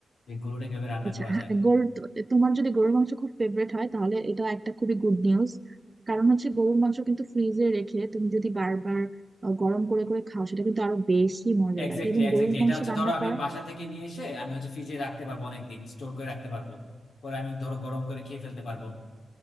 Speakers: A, on the left (about 70°); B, on the right (about 25°).
A: যে গরুটা কিভাবে রান্না
B: আচ্ছা
A: করা
B: হ্যাঁ
A: যায়
B: গরুর তো- তোমার যদি গরুর মাংস খুব ফেভারিট হয় তাহলে এটা একটা খুবই গুড নিউজ কারণ হচ্ছে গরুর মাংস কিন্তু ফ্রিজে রেখে তুমি যদি বারবার আহ, গরম করে করে খাও সেটা কিন্তু আরো বেশি মজা
A: এক্স্যাক্টলি
B: লাগে এবং
A: এক্স্যাক্টলি
B: গরুর
A: এটা
B: মাংস
A: হচ্ছে
B: রান্না
A: ধরো আমি
B: করা
A: বাসা থেকে নিয়ে এসে আমি হচ্ছে ফ্রিজে রাখতে পারবো অনেক দিন স্টোর করে রাখতে পারবো পরে আমি ধরো গরম করে খেয়ে ফেলতে পারবো